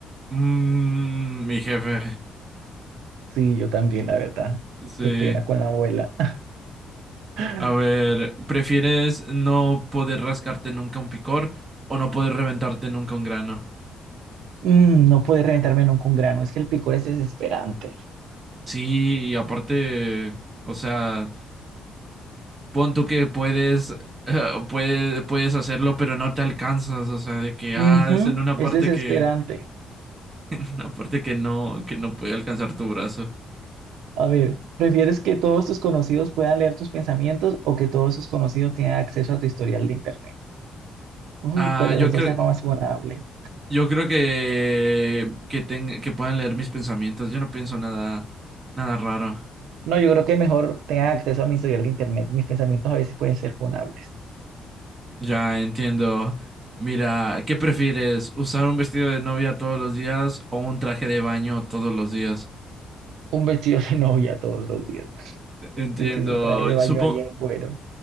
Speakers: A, on the right; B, on the right.
A: Mm, mi jefe.
B: Sí, yo también, la verdad.
A: Sí.
B: Qué pena con la abuela. <gasps> <laughs>
A: A ver, ¿prefieres no poder rascarte nunca un picor o no poder reventarte nunca un grano?
B: Mm, no puede reventarme nunca un grano, es que el picor es desesperante.
A: Sí, y aparte, o sea, pon tú que puedes, eh, puede- puedes hacerlo, pero no te alcanzas, o sea, de que,
B: Ujú,
A: ah, es en una
B: es
A: parte
B: desesperante.
A: que, <laughs> una parte que no, que no puede alcanzar tu brazo.
B: A ver, ¿prefieres que todos tus conocidos puedan leer tus pensamientos o que todos tus conocidos tengan acceso a tu historial de internet? Uy,
A: Ah,
B: ¿cuál de
A: yo
B: los dos
A: creo,
B: es más vulnerable?
A: yo creo que, que, ten- que puedan leer mis pensamientos, yo no pienso nada, nada raro.
B: No, yo creo que mejor tengan acceso a mi historial de internet. Mis pensamientos a veces pueden ser funables.
A: Ya entiendo. Mira, ¿qué prefieres? ¿Usar un vestido de novia todos los días o un traje de baño todos los días?
B: Un vestido de <laughs> novia todos los días.
A: Entiendo.
B: Es que eso trae de
A: Y
B: baño
A: Supo-
B: ahí en cuero.